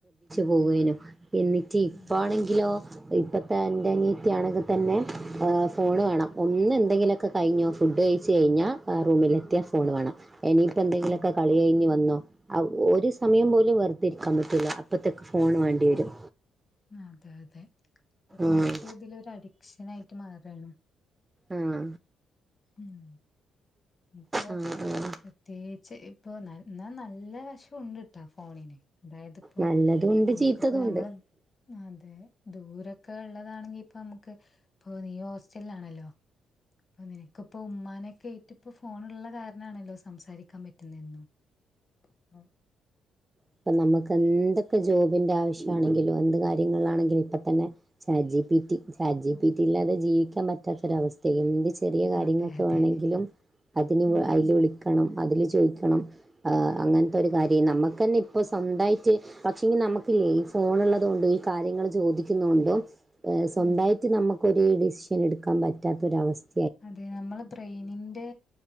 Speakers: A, on the left; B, on the right.
A: അതെ
B: പോവനു
A: അതെ
B: എന്നിട്ട് ഇപ്പ
A: ഉം
B: ആണെങ്കിലോ? ഇപ്പോഴത്തെ തൻ്റെ അനിയത്തിയാണെങ്കിൽ തന്നെ ഫോണ് വേണം ഒന്ന് എന്തെങ്കിലുമൊക്കെ കഴിഞ്ഞോ ഫുഡ് കഴിച്ച് കഴിഞ്ഞ റൂമില എത്തിയാ ഫോൺ വേണം. ഇനിയിപ്പോ എന്തെങ്കിലുമൊക്കെ
A: ഉം
B: കളി കഴിഞ്ഞ് വന്നോ ഒരു സമയം പോലും വെറുതി ഇരിക്കാൻ പറ്റൂില്ല അപ്പത്തെ ഫോൺ വേണ്ടി വരും.
A: അതെ അതെ ഇപ്പത്തെ
B: ആഹ്
A: മക്കൾ ഇതിലൊ ഒരു അഡിക്ഷൻ ആയിട്ട് മാറയാണ്.
B: ആഹ
A: ഉം ഇപ്പൊ
B: ആഹ് ആഹ്
A: പ്രത്യേകിച്ച് ഇപ്പൊ എന്നാൽ നല്ല വിഷ ണ്ടിട്ട ഫോണിനെ അതായത്പ്പോ
B: നല്ലതുണ്ട്
A: നമ്മുക്കിപ്പോ
B: ചീത്തതുണ്ട്
A: നമ്മള്
B: ഇപ്പൊ
A: അ അതെ ദൂരൊക്കെ ഉള്ളതാണെങ്കി ഇപ്പൊ നമുക്ക് ഇപ്പൊ നീ ഹോസ്റ്റലിലാണല്ലോ. അപ്പൊ നിനക്ക്പ്പോ ഉമ്മാനെൊക്കെയിട്ട് ഇപ്പ ഫോൺള്ള കാരണാണല്ലോ സംസാരിക്കാൻ പറ്റുന്നെന്നും. ആ
B: അപ്പൊ നമുക്ക് എന്തൊക്കെ ജോബിന്റെ ആവശ്യ ണെങ്കിലും എന്ത് കാര്യങ്ങളിലാണെങ്കിലും ഇപ്പ തന്നെ ചാറ്റ് ജിപിറ്റി ചാറ്റ് ജിപിറ്റി
A: അതെ
B: ഇല്ലാതെ ജീവിക്കാൻ പറ്റാത്തൊരവസ്ഥ എന്ത് ചെ ചെറിയ കാര്യങ്ങളക്കെ
A: അതെ അതെ
B: വേണമെങ്കിലും അതിന്
A: ഉം
B: അതിൽ
A: ഉം
B: വിളിക്കണം അതില് ചോ ചോദിക്കണം അങ്ങനത്തെ ഒരു കാര്യം നമുക്ക്ന്നെ ഇ അപ്പൊ സ്വന്തമായിട്ട് പക്ഷെ ഇങ്ക നമുക്കില്ലേ ഈ ഫോൺള്ളത കൊണ്ടും ഈ കാര്യങ്ങൾ ചോദിക്കുന്ന കൊണ്ടോ സ്വന്തമായിട്ട്
A: ഉം
B: നമുക്കൊരു ഡിസിഷൻ എടുക്കാൻ പറ്റാത്തൊരവസ്ഥ
A: അതെ നമ്മള് ബ്രെയിനിന്റെ